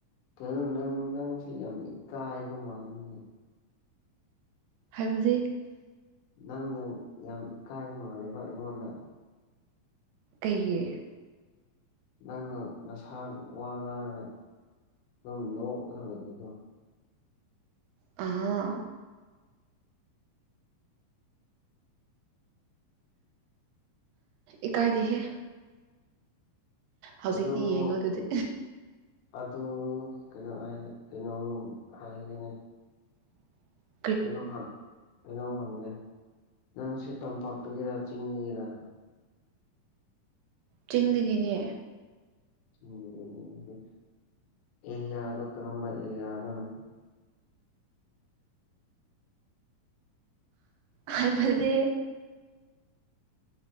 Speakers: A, on the left (about 80°); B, on the right (about 80°).
A: <unintelligible> ꯅꯪ ꯅꯪꯁꯦ ꯌꯥꯝꯅ ꯏꯀꯥꯏꯕ ꯃꯥꯂꯤꯅꯦ
B: ꯍꯥꯏꯕꯗꯤ
A: ꯅꯪ ꯌꯥꯝ ꯏꯀꯥꯏꯕ ꯃꯥꯜꯂꯦꯕ ꯑꯩꯉꯣꯟꯗ
B: ꯀꯩꯒꯤ
A: ꯅꯪꯅ ꯅꯁꯥ ꯋꯥ ꯉꯥꯡꯔꯒꯦꯜ ꯑꯗꯨꯝ ꯅꯣꯛꯂꯒ ꯂꯩꯕꯗꯣ
B: ꯑꯥ ꯏꯀꯥꯏꯗꯦꯍꯦ ꯍꯧꯖꯤꯛꯇꯤ
A: ꯑꯗꯨꯝ
B: ꯌꯦꯡꯉꯣ ꯑꯗꯨꯗꯤ
A: ꯑꯗꯨ ꯀꯩꯅꯣ ꯀꯩꯅꯣꯝ ꯍꯥꯏꯒꯦꯅꯦ
B: <unintelligible>
A: <unintelligible> ꯀꯩꯅꯣꯝ ꯍꯪꯒꯦ ꯅꯪꯁꯦ ꯇꯝꯄꯥꯛꯇꯒꯤꯔ ꯆꯤꯡꯗꯒꯤꯔꯥ
B: ꯆꯤꯡꯗꯒꯤꯅꯦ
A: ꯎꯝ <unintelligible> ꯑꯦꯔꯤꯌꯥꯗꯣ ꯀꯔꯝꯕ ꯑꯦꯔꯤꯌꯥꯗꯅꯣ
B: ꯍꯥꯏꯕꯗꯤ